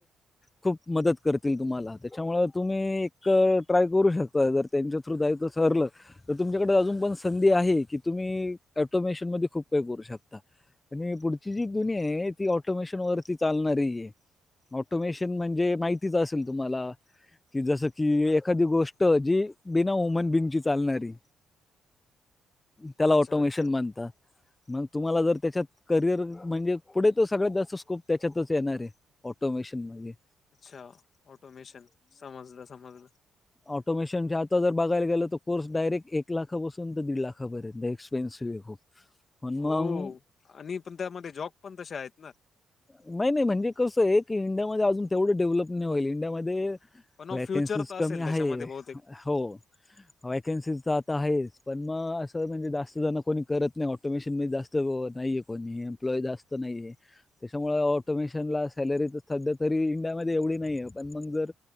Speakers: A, on the left; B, on the left.
A: खूप मदत करतील तुम्हाला, त्याच्यामुळ तुम्ही तर ट्राय करू शकता जर त्यांच्या थ्रू जायचं सरलं. तर तुमच्याकडे अजून पण संधी आहे की तुम्ही ऑटोमेशन मध्ये खूप काही करू शकता. आणि पुढची जी दुनिया आहे ती ऑटोमेशन वरती चालणारी आहे. ऑटोमेशन म्हणजे माहितीच असेल तुम्हाला की जस जी एखादी गोष्ट जी बिना हुमन बिंगची चालणारी त्याला
B: अच्छा
A: ऑटोमेशन
B: अच्छा
A: म्हणता. मग तुम्हाला जर त्याच्यात करिअर म्हणजे पुढे तो सगळ्यात जास्त स्कोप त्याच्यातच येणार आहे. ऑटोमेशन मगे.
B: अच्छा ऑटोमेशन, समजलं समजलं.
A: ऑटोमेशनच्या आता जर बघायला गेलं तर कोर्स डायरेक्ट एक लाखा बसून तर दीड लाखार्यंत एक्सपेनसिव्ह आहे खूप पण
B: हो.
A: मग
B: आणि पण त्यामध्ये जॉब पण तसे आहेत ना.
A: नाही नाही म्हणजे कसं आहे की इंडियामध्येध्ये अजून तेवढं डेव्हलप नाही व्हायलं इंडियामध्ये
B: पण
A: वॅकन्सीज
B: फ्युचर तर
A: कमी
B: असेल
A: आहे
B: त्याच्यामध्ये बहुतेक
A: हो. वेकन्सीज तर आता आहेच पण मग असं म्हणजे जास्त जण कोणी करत नाही ऑटोमेशन मध्ये जास्त तर हो. नाहीये कोणी एम्प्लॉई जास्त नाहीये. त्याच्यामुळे ऑटोमेशनला सॅलरीच सध्या तरी इंडियामध्ये एवढी नाही आहे पण मग जर